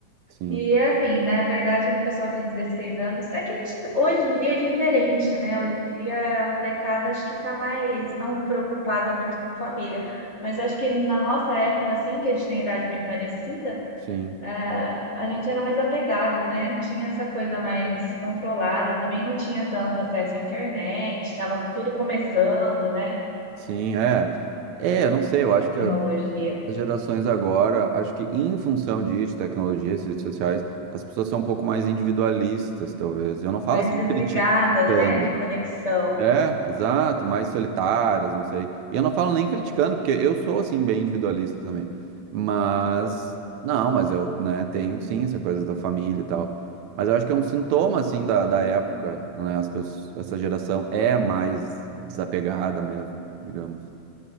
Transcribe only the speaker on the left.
E é assim, na verdade, o pessoal de 16 anos, é que a gente, hoje em dia é diferente, né? Hoje em dia a molecada acho que tá mais não preocupada muito com família. Mas acho que na nossa época, assim, que a gente tem idade bem parecida,
é, a gente era mais apegado, né? Tinha essa coisa mais controlada, também não tinha tanto acesso à internet, estava tudo começando, né?
Tecnologia,
mais
desligadas,
né? De conexão.